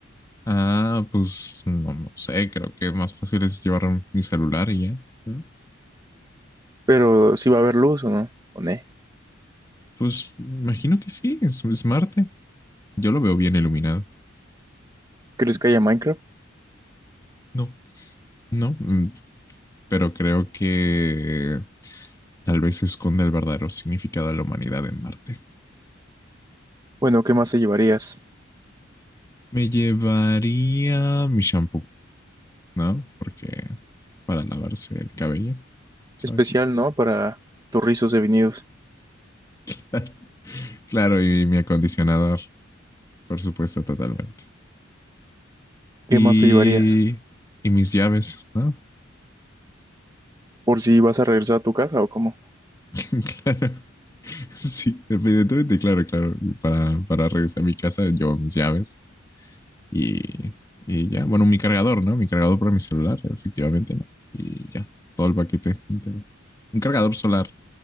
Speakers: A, on the left; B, on the right.
A: Ah, pues no, no sé, creo que más fácil es llevar mi celular y ya. ¿Mm?
B: Pero si va a haber luz o no, o ne.
A: Pues imagino que sí, es, es Marte. Yo lo veo bien iluminado.
B: ¿Crees que haya Minecraft?
A: No, no, mm, pero creo que tal vez esconde el verdadero significado de la humanidad en Marte.
B: Bueno, ¿qué más te llevarías?
A: Me llevaría mi shampoo, ¿no? Porque para lavarse el cabello, ¿sabes?
B: Especial, ¿no? Para tus rizos devenidos.
A: <laughs> Claro, y mi acondicionador, por supuesto, totalmente.
B: ¿Qué
A: Y,
B: más te llevarías?
A: y mis llaves, ¿no?
B: ¿Por si vas a regresar a tu casa o cómo?
A: <laughs> Claro, sí, evidentemente, claro, claro. Para, para regresar a mi casa llevo mis llaves y, y ya. Bueno, mi cargador, ¿no? Mi cargador para mi celular, efectivamente, ¿no? Y ya, todo el paquete entero. Un cargador solar,